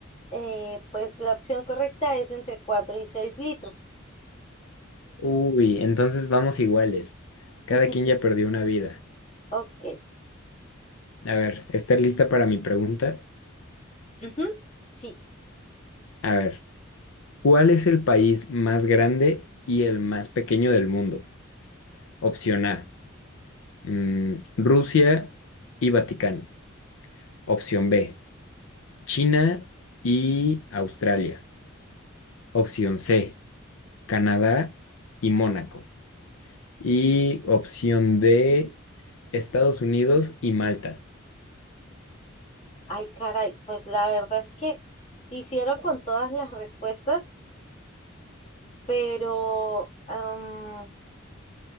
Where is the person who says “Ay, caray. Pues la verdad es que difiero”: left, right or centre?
Left